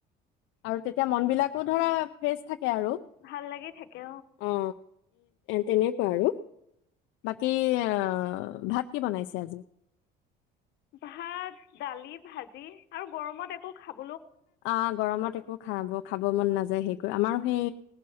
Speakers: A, on the left; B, on the left.
A: আৰু তেতিয়া মন বিলাকো ধৰা ফেচ থাক সেয়াই আৰু
B: ভাল লাগি থাকে
A: অ তেনেকুৱা আৰু, বাকী আহ ভাত কি বনাইছে আজি।
B: ভাত, দালি ভাজি আৰু গৰমত একো খাব
A: অ গৰমত একো খাব খাব মন নাযায় হেই ক। আমাৰো সেই